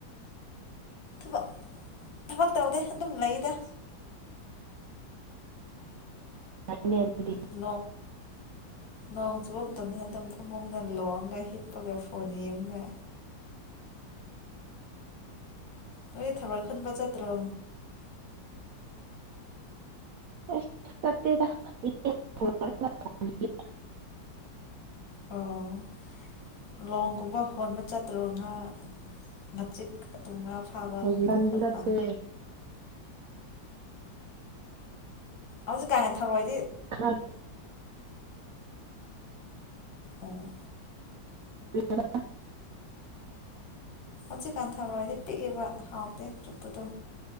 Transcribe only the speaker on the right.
ꯑꯗꯨꯗꯤ
<unintelligible>
ꯍꯧꯖꯤ
ꯆꯠꯄꯦ
ꯈꯥ
<unintelligible>